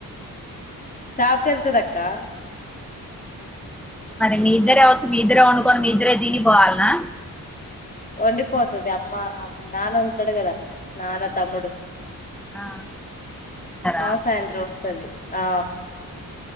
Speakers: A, on the left (about 25°); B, in the centre.
A: షాప్ కెల్తదక్క
B: మరి మీ ఇద్దరే వొచ్చు మీ ఇద్దరే వండుకొని మీ ఇద్దరే దిని పోవాలనా
A: వొండిపోతది అమ్మ అమ్ నాన్న వుంటడు గదా నాన్నా తమ్ముడు
B: ఆ ఉంటారా
A: ఆ సాయంత్రం వస్తది ఆ